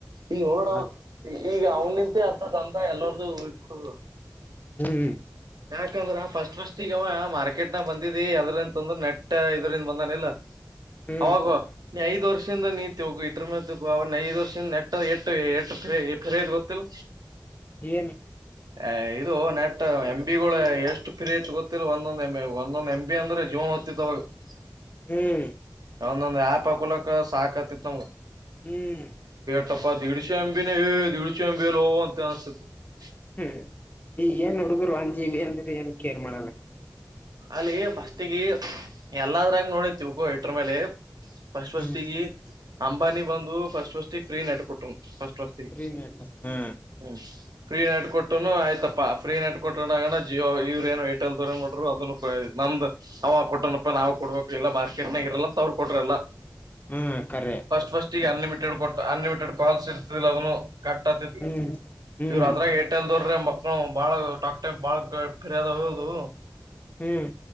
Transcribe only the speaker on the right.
ಈಗ ನೋಡ
ಈಗ ಅವನ ನಿಂತೆ ಅ್ದ ಅಂದ ಎಲ್ಲರ್್ದು ಇಟ್ಬಿಟ್ಟ <unintelligible>
ಯಾಕಂದ್ರ ಫಸ್ಟ್ ಫಸ್ಟ್ ಈಗವ ಮಾರ್ಕೆಟ್ನಾಗ ಬಂದಿದಿ ಅದ್ರಂತಂದ್ರ ನೆಟ್ ಇದ್ರಂದ ಬಂದನಿಲ್ಲ
ಅವಾಗು ನೀ ಐದ್ ವರ್ಷದಿಂದ ನೀತಿ ಹೋಗು ಇಟ್ರ ಮೇ ಅವನ ಐದ್ ವರ್ಷದಿಂದ ನಟ್ಟ ಎು <unintelligible> ಎುೆ ಫರದ್ ಗೊತ್ತಿಲ್ಲ
ಏ ಇದು ನೆಟ್ ಎಂ ಎ ಬಿ ಗಳು ಎಷ್ಟು ಫ್ರರಿ ಹೆಚ್ಚ ಗೊತ್ತಿಲ್ಲ ಒಂದೊಂದ ಎಂ ಒಂದೊಂದ್ ಎಂ ಬಿ ಅಂದ್ರೆ ಜೀವನ್ ಹೊತ್ತಿತ್ವಾಗ <unintelligible>
ಒಂದೊಂದ್ ಯಾಪ್ ಹಾಕೋಳಕ ಸಾಕತಿತ್ನಮ್ಗ
ಪ್ಪ ದೀಡ್ಶೆ ಎಂಬಿಿನ ದೀಡ್ಶೆ ಎಂಬಿಲ್ಲೋ ಅಂತ ಅನಿಸ್ತತ್ತು <unintelligible>
ಅಲ್ಲಿ ಫಸ್ಟಗೆ ಎಲ್ಲದ್ರಾಗ ನೋಡಿತಿ ಉಕೋ ಇಟ್ರ ಮೇಲೆ ಫಸ್ಟ್ ಫಸ್ಟ್
ಗೆ ಅಂಬಾನಿ ಬಂದು ಫಸ್ಟ್ ಫಸ್ಟ್ ಫ್ರೀ ನಟ್ಕೊಟ್ರು ಅಷ್ಟು ಅಷ್ಟತಿ
ಹ್ಮ <unintelligible> ಫ್ರೀ ನೆಟ್ ಕೊಟ್ಟನು ಆಯ್ತಪ್ಪ ಫ್ರೀ ನೆಟ್ ಕೊಟ್ಟೋಗಣ ಜಿಯೋ ಇವ್ರ್ ಏನೊ ಏರ್ಟೆಲ್ ದರ <unintelligible> ಅದ ನಮ್ದ್ ನ ಕೊಟ್ಟನಪ್ಪ ನಾವು ಕೊಡ್ಬೇಕ ಇಲ್ಲ ಮಾರ್ಕೆಟ್ನಾಗ ಇರಲ್ಲ ಅಂತ ಅವ್ರು ಕೊಟ್ರಲ್ಲ
ಫಸ್ಟ್ ಅನ್ಲಿಮಿಟೆಡ್ ಕೊಟ್ಟ ಅನ್ಲಿಮಿಟೆಡ್ ಕಾಲ್ ಇರ್ತದಿಲ್ಲ ಅದನ್ನು ಕಟ್ ಆತತಿ
ಇವರು ಅದ್ರ ಏರ್ಟೆಲ್ ರ್ರೆ ಮಕ್ಳ ಬಾಳ ಟಾಕ್ ಟೈಮ ಬಾಳ್ <unintelligible> ಪಫರಿ್ಯದದು